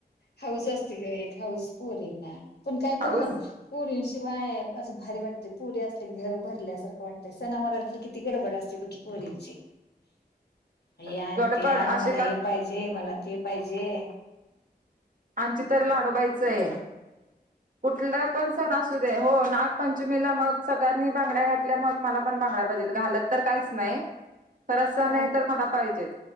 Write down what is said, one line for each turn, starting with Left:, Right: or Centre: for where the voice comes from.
Left: हाऊस असते ग एक हाऊस पोरींना, पण काय
Right: हाऊस
Left: पण म्हण पुरी शिवाय असं भारी वाटते. पुरी असले घर भरल्यासारखं वाटतय, सनाववरातलं किती गडबड असते बग की, पोरींची.
Right: <inaudible>
Left: हे आण
Right: गडबड
Left: ते आण
Right: आशिकात
Left: मला, हे पाहिजे मला, ते पाहिजे.
Right: आमची तर लाडोबायचं आहे. कुठलं पण सण असो सुदे हो नागपंचमीला मग सगळ्यांनी बांगड्या घातल्या मग मला पण बांगड्या पाहिजेत, घालत तर काहीच नाही. खरंच सण
Left: हा
Right: आहे तर मला पाहिजेच,